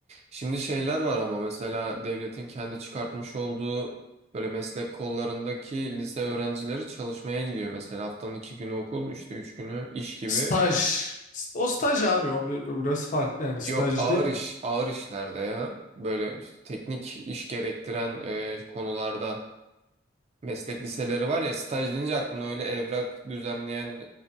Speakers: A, on the right; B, on the left.
A: Şimdi şeyler var ama mesela devletin kendi çıkartmış olduğu böyle meslek kollarındaki lise öğrencileri çalışmaya gidiyor. Mesela haftanın iki günü okul, işte üç günü iş gibi.
B: Staj. O staj abi o, bir- o biraz farklı yani
A: Yok
B: staj
A: ağır
B: değil mi?
A: iş, ağır işlerde ya. Böyle işte teknik iş gerektiren e, konularda meslek liseleri var ya staj deyince aklına öyle evrak düzenleyen